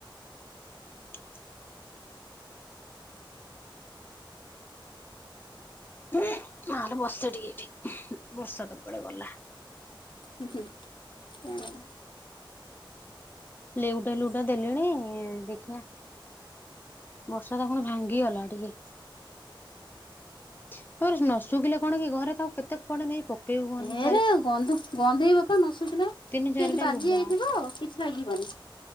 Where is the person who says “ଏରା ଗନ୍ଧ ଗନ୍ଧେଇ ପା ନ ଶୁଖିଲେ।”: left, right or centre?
Left